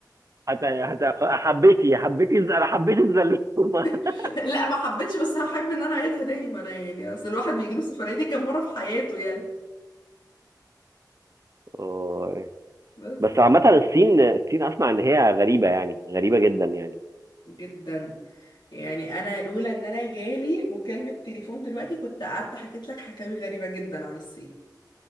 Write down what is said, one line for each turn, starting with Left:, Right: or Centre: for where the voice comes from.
Right: حتى حتى حبيتي حبيتي الز- انا حبيت الزلومه <laughs>
Left: <laughs> لا ما حبيتش بس هحب ان انا اعيدها تاني ما انا يعني اصل الواحد بيجيله السفرية دي كام مرة في حياته يعني
Right: أوه.
Left: بس
Right: بس عامة الصين الصين اسمع ان هي غريبة يعني غريبة جدا يعني
Left: جدا يعني انا لولا ان انا جالي مكالمة تليفون دلوقتي كنت قعدت حكيت لك حكاوي غريبة جدا عن الصين